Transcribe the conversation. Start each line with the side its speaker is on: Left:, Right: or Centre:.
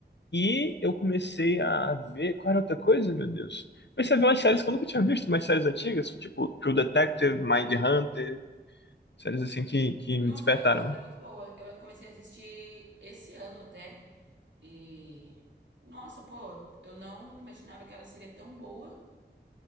Left: E eu comecei a ver. Qual era outra coisa, meu Deus? Comecei a ver umas séries que eu nunca tinha visto, umas séries antigas, tipo True Detective, Mindhunter, séries assim que, que
Right: Nossa,
Left: me despertaram.
Right: mas Hunter é muito boa. Eu comecei a assistir esse ano até. E. Nossa, pô, eu não imaginava que ela seria tão boa.